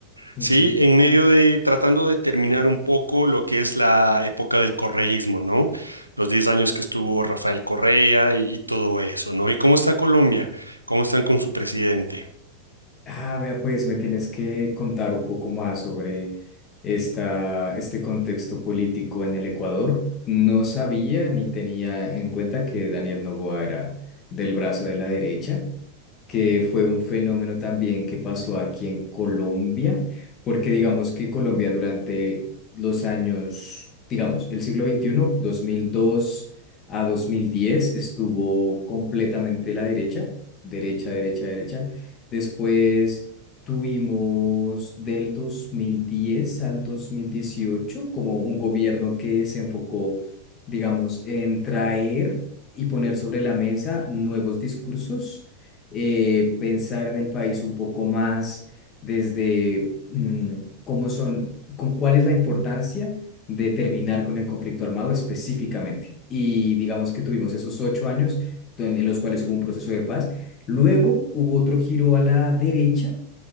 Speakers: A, on the left; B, on the right.
A: ujú.
B: ¿sí? En medio de tratando de terminar un poco lo que es la época del correísmo, ¿no? Los 10 años que estuvo Rafael Correa y, y todo eso, ¿no? ¿Y cómo está Colombia? ¿Cómo están con su presidente
A: Ah, vea, pues me tienes que contar un poco más sobre esta, este contexto político en el Ecuador. No sabía ni tenía en cuenta que Daniel Noboa era del brazo de la derecha. que fue un fenómeno también que pasó aquí en Colombia, porque digamos que Colombia durante los años, digamos, el siglo veintiuno dos mil dos a 2010 estuvo completamente la derecha, derecha, derecha, derecha. Después tuvimos del 2010 al 2018 como un gobierno que se enfocó, digamos, en traer y poner sobre la mesa nuevos discursos eh, pensar en el país un poco más desde mm, cómo son, con cuál es la importancia de terminar con el conflicto armado específicamente. Y digamos que tuvimos esos ocho años don- en los cuales hubo un proceso de paz. Luego hubo otro giro a la derecha